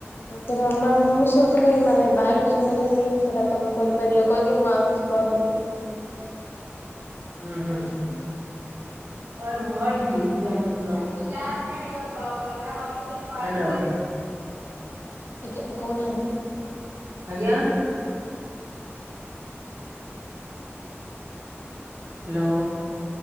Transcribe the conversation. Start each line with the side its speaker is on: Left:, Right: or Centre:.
Left: ହଁ ସେଟା ମାନେ ମୁଁ ଶୁଣିଥିଲି ମାନେ ବାୟୋଲୋଜି ନେଲେ ହିଁ ସେଇଟା ତମେ କରିପାରିବ କହିକି ମୁଁ ଆଉ କିଛି କରୁନି।
Right: ଉଁ ହୁଁ
Left: <inaudible>
Right: ଆ ରୁହ ଟିକେ ମୁଁ ଯାଇଥାନ୍ତି ଲ ହାଲୋ।
Left: ଆଜ୍ଞା କହୁନାହାନ୍ତି
Right: ଆଜ୍ଞା। ହାଲୋ।